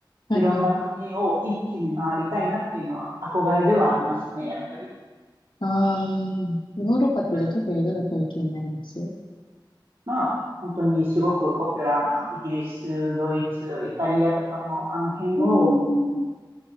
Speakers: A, on the left; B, on the right.
A: はいはい。
B: いろんな国を一気に回りたいなっていうのは憧れではありますね、やっぱり。
A: ああ、ヨーロッパってじゃ特にどの国気になりますうん
B: まあ、ちょまあ本当にすごくポピュラーなイギリス、ドイツ、イタリアとかも、あの辺を
A: うんうん。